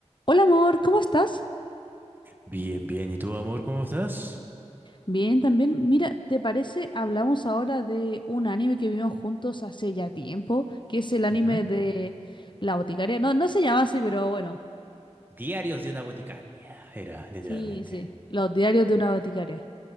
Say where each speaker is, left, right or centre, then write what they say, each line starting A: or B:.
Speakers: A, on the left; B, on the right.
A: Hola amor, ¿cómo estás?
B: Bien, bien. ¿Y tú, amor, cómo estás?
A: Bien, también. Mira, ¿te parece? Hablamos ahora de un anime que vimos juntos hace ya tiempo, que es el anime
B: Ujú.
A: de La Boticaria. No, no se llama así, pero bueno.
B: Diarios de una boticaria, era literalmente.
A: Sí, sí. Los diarios de una boticaria.